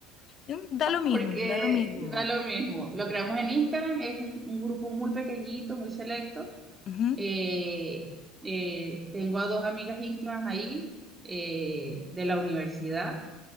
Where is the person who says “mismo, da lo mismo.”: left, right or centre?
Left